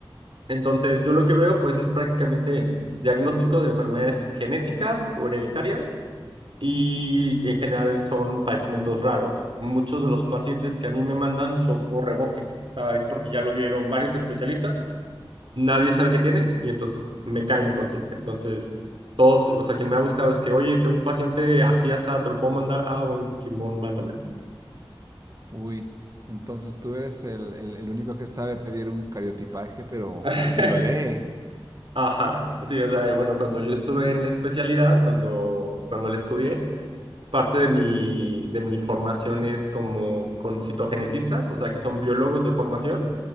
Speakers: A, on the right; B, on the right.
A: Entonces, yo lo que veo pues es prácticamente diagnóstico de enfermedades genéticas o hereditarias y en general son padecimientos raros. Muchos de los pacientes que a mí me mandan son por rebote, o sea, es porque ya lo vieron varios especialistas, nadie sabe qué tiene y entonces me cae mi consulta. Entonces, todos, o sea, quien me ha buscado es que, oye, tengo un paciente así, así, ¿te lo puedo mandar? Ah, bueno, Simón, mándamelo.
B: Uy, entonces tú eres el, el- el único que sabe pedir un cariotipaje, pero,
A: <laughs>
B: pero, y lo lee.
A: Ajá, sí, o sea, bueno, cuando yo estuve en la especialidad, cuando, cuando la estudié, parte de mi, de mi formación es como con citogenetistas, o sea, que son biólogos de formación,